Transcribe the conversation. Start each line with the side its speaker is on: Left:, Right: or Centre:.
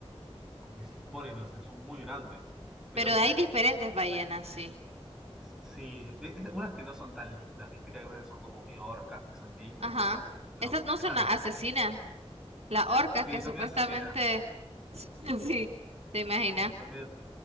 Centre: Como que se imponen, o sea, son muy grandes. Pero
Right: Pero
Centre: ma-
Right: hay diferentes ballenas, sí.
Centre: sí, ve- es- unas que no son tan lindas, ¿viste? Que hay unas que son como medio orcas, que son lindas,
Right: Ajá.
Centre: esas. No,
Right: Esas no son
Centre: esas
Right: las
Centre: no.
Right: asesinas, las orcas
Centre: Sí,
Right: que
Centre: son
Right: supuestamente...
Centre: medio asesinas.
Right: <laughs> Sí, te imaginas.
Centre: Son medio